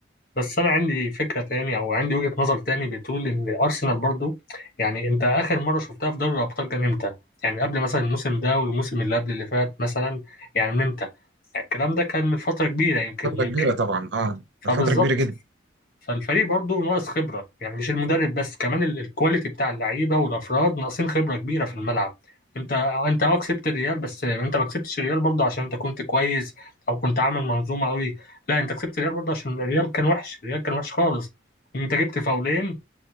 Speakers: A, on the left; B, on the right.
A: بس انا عندي فكره تاني او عندي وجهه نظر تاني بتقول ان ارسنال برضو يعني انت اخر مره شفتها في دوري الابطال كان امتى؟ يعني قبل مثلا الموسم ده والموسم اللي قبل اللي فات مثلا يعني من امتى؟ الكلام ده كان من فتره كبيره يمكن
B: فترة
A: يمكن
B: كبيرة طبعا اه
A: فبالظبط
B: فترة كبيرة جدا
A: فالفريق برضه ناقص خبرة يعني مش المدرب بس كمان ال- الكواليتي بتاع اللعيبة والأفراد ناقصين خبرة كبيرة في الملعب انت انت اه كسبت الريال بس انت ما كسبتش الريال برضه عشان انت كنت كويس او كنت عامل منظومة قوي لا انت كسبت الريال برضه عشان الريال كان وحش الريال كان وحش خالص انت جبت فاولين